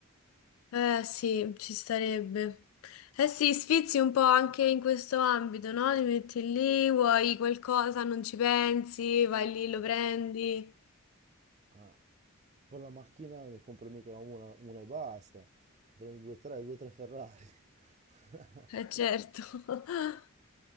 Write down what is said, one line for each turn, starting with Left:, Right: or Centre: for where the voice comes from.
Left: Eh sì, ci starebbe. Eh sì, sfizi un po' anche in questo ambito, no? Ti metti lì, vuoi qualcosa, non ci pensi, vai lì, lo prendi.
Right: Ah. Poi la macchina ne compro mica una, una e basta, prendo due o tre, due o tre Ferrari. <laughs>
Left: Eh certo. <laughs>